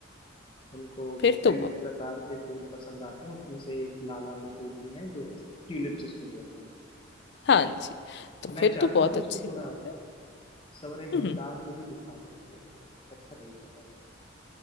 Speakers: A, on the left (about 25°); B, on the left (about 55°).
A: उनको
B: फिर
A: कई
B: तो बहुत
A: प्रकार के फूल पसंद आते हैं उसमें से एक लाला के फूल भी हैं जो ट्यूलिप जिसको कहते हैं तो
B: हाँ जी तो
A: मैं
B: फिर
A: चाहता
B: तो बहुत
A: हूँ कि
B: अच्छी
A: उसको थोड़ा
B: बात है
A: सवरे
B: हम्म,
A: भंडार को ही दिखा दें उसको तो अच्छा लगेगा ज्यादा से।